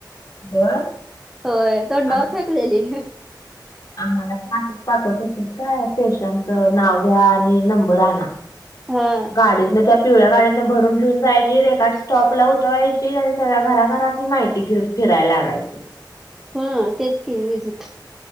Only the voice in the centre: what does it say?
होय तोंडावर
फेकलेली.
हा
हा तेच की विजिट.